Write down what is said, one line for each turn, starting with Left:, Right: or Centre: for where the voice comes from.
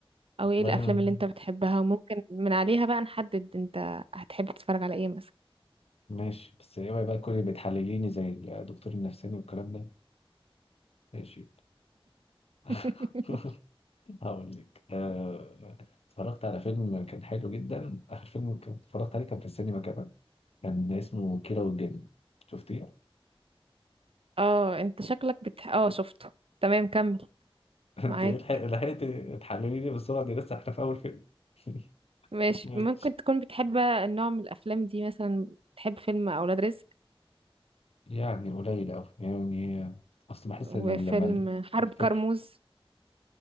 Right: او ايه
Left: والله
Right: الافلام
Left: أنا-
Right: اللي انت بتحبها وممكن من عليها بقى نحدد انت هتحب تتفرج على ايه مثلا
Left: ماشي بس اوعي بقى تكوني بتحلليني زي الدكتور النفساني والكلام ده ماشي <laughs>
Right: <laughs>
Left: هقول لك آه، اتفرجت على فيلم كان حلو جدا اخر فيلم كنت اتفرجت عليه كان في السينما كمان كان اسمه كيرة والجن شفتيه؟
Right: اه انت شكلك بتح... اه شفته تمام كمل
Left: <laughs> انت
Right: معاك
Left: إيه لحق- لحقتي تحللي لي بالسرعه دي لسه احنا في اول فيلم <laughs>
Right: ماشي
Left: ماشي
Right: ممكن تكون بتحب النوع من الافلام دي مثلا بتحب فيلم اولاد رزق
Left: يعني قليل أوي يعني أصل بحس
Right: وفيلم
Left: إن لما
Right: حرب
Left: الفكر
Right: كرموز